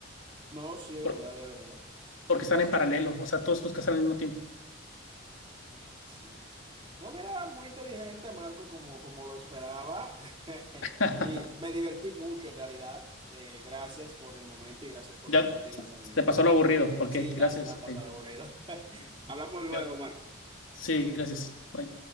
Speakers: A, on the right (about 25°); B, on the left (about 75°).
A: No, sí, es
B: Por-
A: verdad, de verdad.
B: porque
A: Sí,
B: están
A: sí.
B: en paralelo. O sea, todos los cazan al mismo tiempo.
A: Ah, Sí. No, mira, muy inteligente, Marco, como, como lo esperaba. <laughs>
B: <laughs>
A: Y me divertí mucho, en realidad. Eh, gracias por el momento y gracias por
B: Ya,
A: compartir
B: se-
A: las adivinanzas.
B: se te pasó lo aburrido. Ok,
A: Sí,
B: gracias.
A: ya se me ha pasado el aburrido. <laughs> Hablamos luego,
B: Ok.
A: Marco.
B: Sí, gracias. Bye.